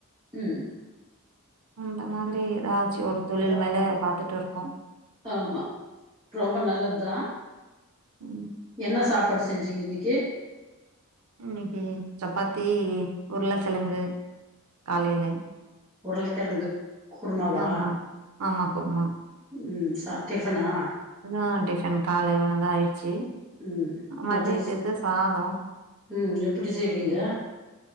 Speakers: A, on the right; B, on the right.
A: உம்
B: அந்த மாதிரி ஏதாச்சு ஒரு தொழில்
A: அதா
B: மேல பாத்துட்டு இருக்கோ
A: ஆமா ரொம்ப நல்லது தா
B: உம்
A: என்ன சாப்பாடு செஞ்சிங்க இன்னைக்கு
B: இன்னைக்கு சப்பாத்தி உருளைக்கிழங்கு காலையில
A: உருளக்கெழங்கு குருமாவா
B: ஆமா ஆமா குருமா
A: உம் சாப் டிஃபனா
B: இதுதா டிஃபன் காலைல இருந்து ஆயிடுச்சு
A: உம் மதேஸ்
B: மதியத்துக்கு சாதோ
A: உம் எப்டி செய்வீங்க
B: ம்